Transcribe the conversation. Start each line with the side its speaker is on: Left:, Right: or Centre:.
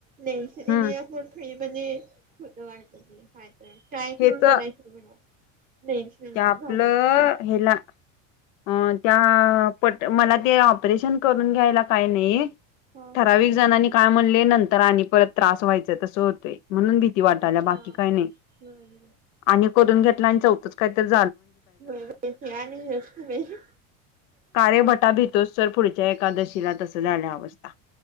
Right: लेन्स
Left: हम्म
Right: दि आप ख <unintelligible> म्हणजे खोट वाटत तेय काय करून
Left: हेच
Right: बघयचं म्हणा. लेन्स घालून
Left: ते आपलं हेला अ त्या पट मला ते ऑपरेशन करून घ्यायला काय नाही.
Right: हा हा
Left: ठराविक जणांनी काय म्हणले, नंतर आणि परत त्रास व्हायचा तसं होतय म्हणून भि ती वाटाल्या बाकी
Right: हा
Left: काय नाही
Right: खाणं
Left: आणि करून घेतल आणि चौथंच काय तर झा --
Right: होय की बाई ते आणि हेच की बाई.
Left: काळेभटा भितोच सर पुढच्या एकादशीला तस झाल्यावस्थ- -